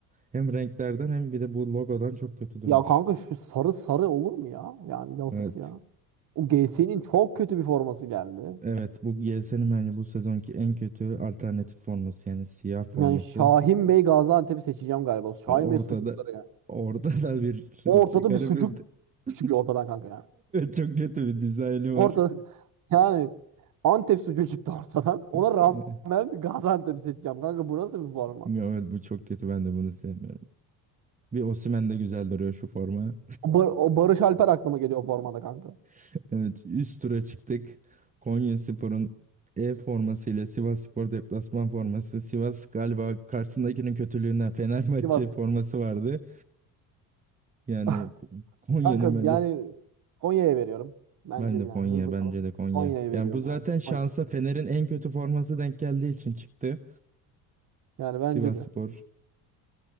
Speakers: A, on the right (about 20°); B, on the right (about 50°).
A: hem renklerden hem bir de bu logodan çok kötü durmuş.
B: Ya kanka şu sarı sarı olur mu ya? Yani yazık
A: Evet.
B: ya. O G GS'nin çok kötü bir forması geldi.
A: Evet bu GS'nin bence bu sezonki en kötü alternatif forması yani siyah forması.
B: Yani Şahin Bey Gaziantep'i seçeceğim galiba. Şahin
A: Ortada
B: Bey sucukları yani.
A: ortada bir
B: Ortada
A: garip
B: bir sucuk
A: <laughs>
B: çıkıyor ortadan kanka yani.
A: Çok kötü bir dizaynı var.
B: Ortada <laughs> yani Antep sucuğu çıktı ortadan. Ona
A: <laughs>
B: rağmen Gaziantep'i seçeceğim kanka. Bu nasıl bir forma?
A: Evet bu çok kötü ben de bunu sevmiyorum. Bir Osimhen de güzel duruyor şu forma.
B: O, Bar- o Barış Alper aklıma geliyor o formada kanka.
A: <laughs> Evet üst tura çıktık. Konyaspor'un E formasıyla Sivasspor deplasman forması. Sivas galiba karşısındakinin kötülüğünden Fenerbahçe
B: Sivas.
A: forması vardı. Yani
B: <laughs>
A: Ko- Konya'nın
B: Kanka
A: bence
B: yani Konya'ya veriyorum. Bence
A: ben
B: yani
A: de Konya
B: hızlı
A: bence
B: kalıp
A: de Konya.
B: Konya'ya veriyorum
A: Yani bu zaten
B: yani.
A: şansa
B: Konya.
A: Fener'in en kötü forması denk geldiği için çıktı.
B: Yani
A: Sivasspor
B: bence de.